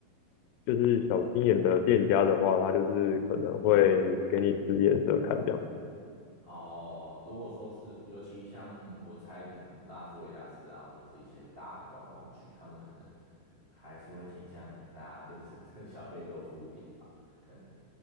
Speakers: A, on the left; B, on the right.
A: 就是小心眼的店家的话，他就是可能会给你使眼色看这样。
B: 哦，如果说是，尤其像我猜，可能拉斯维加斯啊，或是一些大的观光区，他们可能还是会倾向大家就是 <laughs> 真的小费多付一点吧，可能